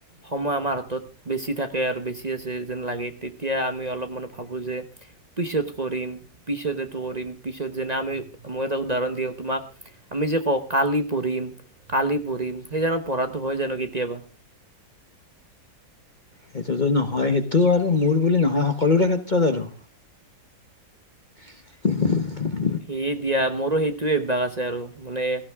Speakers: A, on the right (about 30°); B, on the left (about 30°).
A: সময় আমাৰ হাতত বেছি থাকে, আৰু বেছি আছে যেন লাগে, তেতিয়া আমি অলপমানত ভাবো যে, পিছত কৰিম, পিছত এইটো কৰিম, পিছত- যেনে আমি- মই এটা উদাহৰণ দিওঁ তোমাক। আমি যে কওঁ, কালি পঢ়িম, কালি পঢ়িম। সেই জানো পঢ়াটো হয় জানো কেতিয়াবা?
B: সেইটোতো নহয়। সেইটো আৰু মোৰ বুলি নহয়, সকলোৰে ক্ষেত্ৰত আৰু। <unintelligible>
A: সেয়ে দিয়া। মোৰো সেইটোৱে অভ্যাস আছে আৰু। মানে